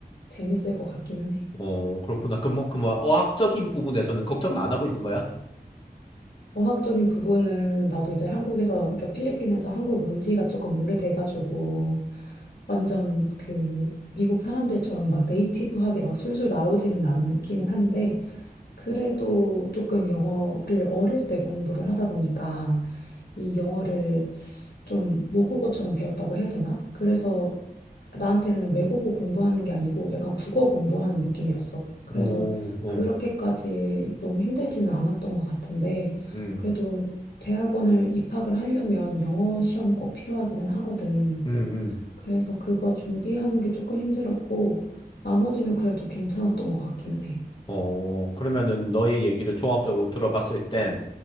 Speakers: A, on the left (about 85°); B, on the left (about 30°).
A: 재밌을 것 같기는 해.
B: 어, 그렇구나. 그, 뭐, 그, 뭐, 어학적인 부분에서는 걱정을 안 하고 있는 거야?
A: 어학적인 부분은 나도 이제 한국에서, 그러니까 필리핀에서 한국 온 지가 조금 오래돼가지고 완전 그 미국 사람들처럼 막 네이티브하게 막 술술 나오지는 않기는 한데 그래도 조금 영어를 어릴 때 공부를 하다 보니까 이 영어를 좀 모국어처럼 배웠다고 해야 되나? 그래서 나한테는 외국어 공부하는 게 아니고 약간 국어 공부하는 느낌이었어. 그래서
B: 오, 오,
A: 그렇게까지 너무 힘들지는 않았던 것 같은데,
B: 음,
A: 그래도 대학원을 입학을 하려면 영어 시험이 꼭 필요하기는 하거든.
B: 음, 음.
A: 그래서 그거 준비하는 게 조금 힘들었고, 나머지는 그래도 괜찮았던 것 같기는 해.
B: 어, 그러면은 너의 얘기를 종합적으로 들어봤을 땐,